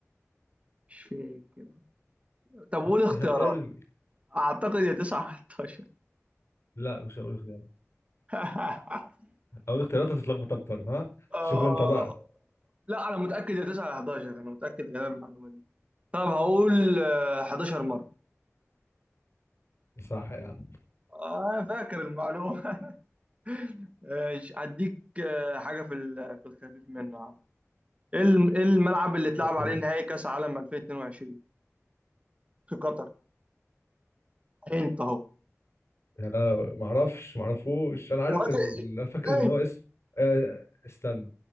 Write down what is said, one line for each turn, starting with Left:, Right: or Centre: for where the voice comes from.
Right: مش فاكر طب قول
Left: <laughs>
Right: اختيارات
Left: ارمي
Right: أعتقد يا 9 يا 11
Left: لا مش هقول اختيارات
Right: <laughs>
Left: اقول اختيارات هتتلخبط اكتر ها
Right: آه
Left: شوف انت بقى
Right: لا أنا متأكد يا 9 يا 11 أنا متأكد من المعلومة دي طب هقول آه 11 مرة
Left: صح يا عم
Right: آه فاكر المعلومة <laughs> ماشي هديك آه حاجة في ال- في الخفيف منه ايه الم- إيه الملعب اللي اتلعب عليه
Left: أوه.
Right: نهائي كاس عالم 2022 في قطر انت اهو
Left: انا ما اعرفش ما اعرفوش انا عارف
Right: يا راجل
Left: ال... أنا فاكر ان
Right: ايه
Left: هو اسم أه... استنى